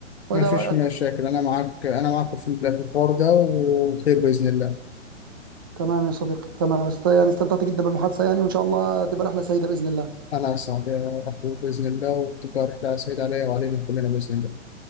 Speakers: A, on the right (about 20°); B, on the left (about 55°).
A: ولا
B: ما فيش
A: رايك
B: مشاكل انا معاك انا معاك في ال- في الحوار ده وخير باذن الله
A: تمام يا صديقي تمام است- يعني استمتعت جدا بالمحادثه يعني وان شاء الله تبقى رحله سعيده باذن الله
B: انا اسعد يا اخوي باذن الله وتبقى رحله سعيده عليا وعلينا كلنا باذن الله